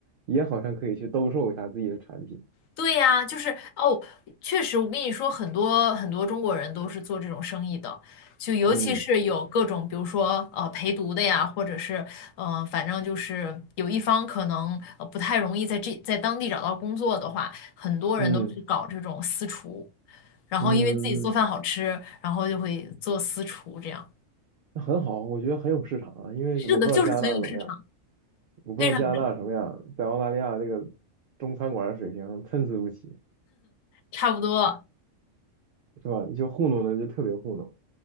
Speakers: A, on the right; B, on the left.
A: 也好像可以去兜售一下自己的产品。
B: 对呀，就是哦，确实，我跟你说，很多很多中国人都是做这种生意的，就尤其是有各种，
A: 嗯
B: 比如说呃陪读的呀，或者是嗯、呃，反正就是有一方可能呃不太容易在这在当地找到工作的话，很多人都是搞这种私厨，
A: 嗯
B: 然后因为自己做饭好吃，
A: 嗯，
B: 然后就会做私厨这样。
A: 那很好，我觉得很有市场啊，因为我不知道加拿大怎么样，
B: 是的，就是很有市场，
A: 我不知道加拿大什么样，
B: 非常有市场，
A: 在澳大利亚这个中餐馆的水平参差不齐，
B: 差不多，
A: 是吧？就糊弄的就特别糊弄。